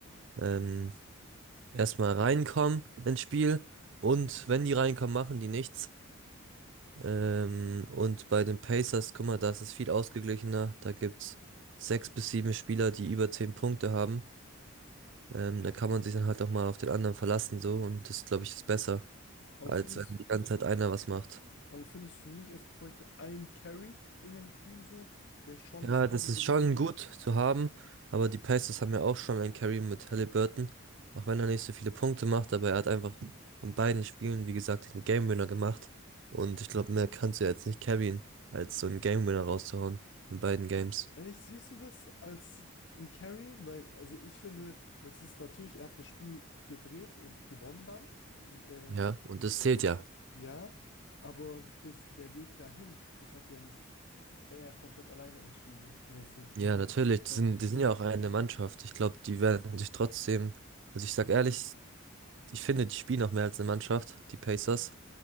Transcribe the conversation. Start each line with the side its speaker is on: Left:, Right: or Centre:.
Right: ähm, erstmal reinkommen ins Spiel. Und wenn die reinkommen, machen die nichts. Ähm, und bei den Pacers, guck mal, da ist es viel ausgeglichener. Da gibt's sechs bis sieben Spieler, die über zehn Punkte haben. Ähm, da kann man sich dann halt auch mal auf den anderen verlassen so. Und das, glaube ich, ist besser,
Left: Aber
Right: als
Left: findest,
Right: wenn die ganze Zeit einer was macht.
Left: aber findest du nicht, es bräuchte einen Carry in dem Team so, der schon
Right: Ja,
Left: das Team
Right: das ist
Left: so richtig
Right: schon gut zu haben, aber die Pacers haben ja auch schon einen Carry mit Halliburton, auch wenn er nicht so viele Punkte macht, aber er hat einfach in beiden Spielen, wie gesagt, den Game Winner gemacht und ich glaube, mehr kannst du ja jetzt nicht carryen, als so einen Game Winner rauszuhauen in beiden Games.
Left: Echt, siehst du das als ein Carry? Weil, also ich finde, das ist natürlich, er hat das Spiel gedreht und gewonnen dann. Wie- Ähm,
Right: Ja, und das
Left: aber,
Right: zählt ja.
Left: ja, aber das, der Weg dahin, das hat ja nicht er komplett alleine entschieden, mäßig.
Right: Ja, natürlich, die
Left: Sein
Right: sind,
Left: Team.
Right: die sind ja auch eine Mannschaft. Ich glaube, die werden sich trotzdem, also ich sag ehrlich, ich finde, die spielen auch mehr als eine Mannschaft, die Pacers,